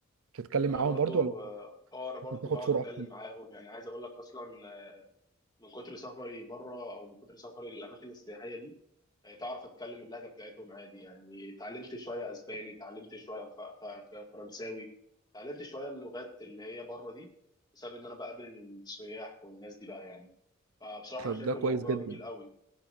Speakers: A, on the right; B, on the left.
A: بتتكلم
B: أنا
A: معاهم
B: برضو
A: برضو ولا
B: اه انا برضو
A: بتاخد
B: بقعد
A: صوره
B: اتكلم
A: أحسن؟
B: معاهم يعني عايز اقول لك اصلا من كتر سفري بره او من كتر سفري للاماكن السياحيه دي يعني تعرف اتكلم اللهجه بتاعتهم عادي يعني اتعلمت شويه اسباني اتعلمت شويه ف... ف... ف- فرنساوي اتعلمت شويه اللغات اللي هي بره دي بسبب ان انا بقابل السياح والناس دي بقى يعني فبصراحه
A: طب
B: انا شايف
A: ده كويس
B: الموضوع
A: جدا
B: جميل قوي